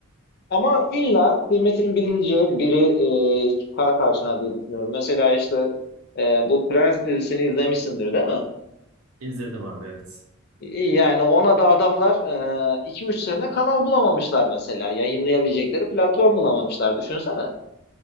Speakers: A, on the left; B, on the right.
A: Ama illa kıymetinin bilineceği biri e, çıkar karşına diye düşünüyorum. Mesela işte e, bu Prens dizisini izlemişsindir değil mi?
B: İzledim abi evet.
A: İyi Yani ona da adamlar iki üç sene kanal bulamamışlar mesela. Yayınlayabilecekleri platform bulamamışlar. Düşünsene.